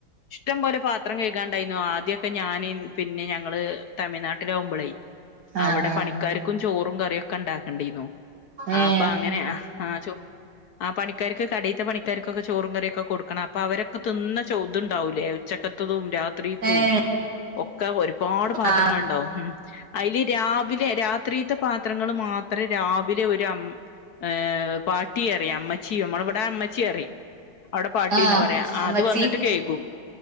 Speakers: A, on the left; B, on the right.
A: ഷ്ട്ടം പോലെ പാത്രം കഴുകാണ്ടായീന്നു ആദ്യക്കെ ഞാന് പിന്നെ ഞങ്ങള് തമിഴ്നാട്ടിലാകുമ്പോളേയ്
B: ആഹ്
A: അവിടെ
B: ആഹ്
A: പണിക്കാർക്കും ചോറും കറിയൊക്കെ ഉണ്ടാക്കണ്ടിന്നു. <unintelligible>
B: ഏഹ്
A: <unintelligible> കടീത്ത പണിക്കാർക്കൊക്കെ ചോറും കറിയൊക്കെ കൊടുക്കണം അപ്പൊ അവരൊക്ക തിന്ന ചോതുണ്ടാവൂല്ലെ ഉച്ചക്കത്തതുംരാ രാത്രീത്തും
B: ഏഹ്
A: ഒക്കെ ഒരുപാട് പാത്രങ്ങൾ
B: ആഹ്
A: ഉണ്ടാവും ഉം അയ്ല് രാവിലെ രാത്രിത്തെ പാത്രങ്ങൾ മാത്രേ രാവി <unintelligible> അവിടെ പാട്ടീന്നാ
B: ആഹ്
A: പറയാ
B: അമ്മച്ചി
A: അത് വന്നിട്ട് കെയ്കും.